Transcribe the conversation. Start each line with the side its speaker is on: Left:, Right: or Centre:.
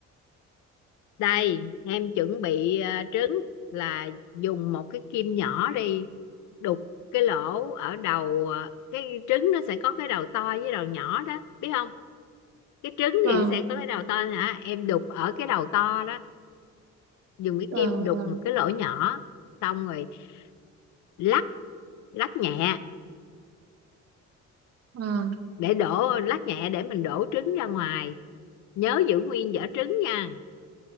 Left: đây em chuẩn bị ờ, trứng là dùng một cái kim nhỏ đi đục cái lỗ ở đầu ờ, cái trứng nó sẽ có cái đầu to với đầu nhỏ đó biết không cái trứng
Right: Vâng
Left: thì sẽ có cái đầu to hả em đục ở cái đầu to đó dùng cái
Right: vâng
Left: kim đục
Right: vâng
Left: một cái lỗ nhỏ xong rồi lắc lắc nhẹ
Right: vâng
Left: để đổ lắc nhẹ để mình đổ trứng ra ngoài nhớ giữ nguyên vỏ trứng nha